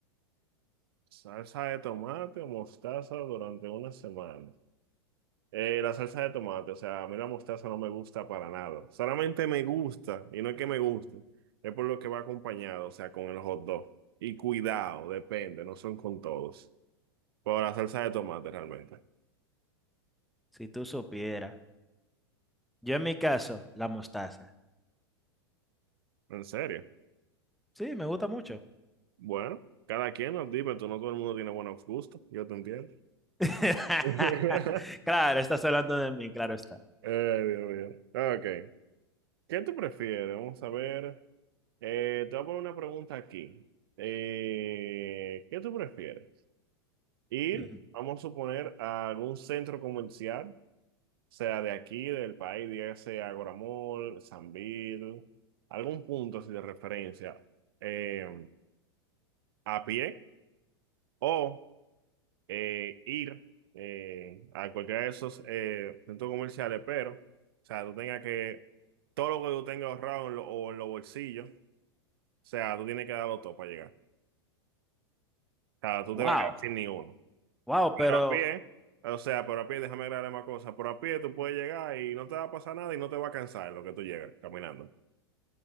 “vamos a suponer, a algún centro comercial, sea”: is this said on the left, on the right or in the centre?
Right